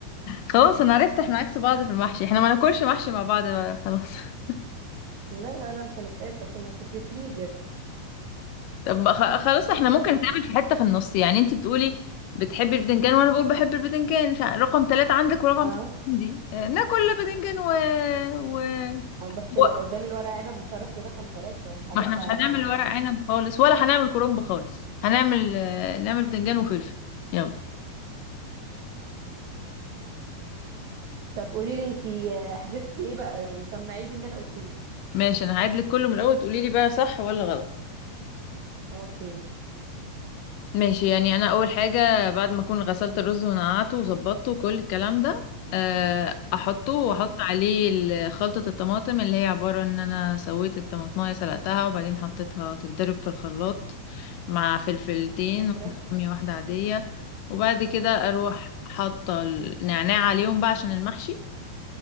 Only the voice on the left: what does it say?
خلاص انا عرفت احنا عكس بعض في المحشي احنا ما ناكلش محشي مع بعض بقى خلاص <laughs>
طب بقى خ- خلاص احنا ممكن
نتقابل في حته في النص يعني انت بتقولي بتحبي البتنجان وانا بقول بحب البتنجان ف- رقم ثلاثة عندك ورقم
ثلاثة عندي اه، ناكل بتنجان و... و...
و...
ما احنا
مش هنعمل ورق
عنب خالص ولا هنعمل كرنب خالص هنعمل اه، نعمل بتنجان وفلفل يلا
ماشي انا هعيد لك كله من الاول تقولي لي بقى صح ولا غلط
ماشي يعني انا اول حاجه بعد ما اكون غسلت الرز ونقعته وظبطته وكل الكلام ده آه، احطه واحط
عليه ال- خلطه الطماطم اللي هي عباره ان انا سويت الطماطمايه سلقتها وبعدين حطيتها تتضرب في الخلاط مع فلفلتين
واحده حاميه واحده عاديه وبعد كده اروح حاطه النعناع عليهم بقى عشان المحشي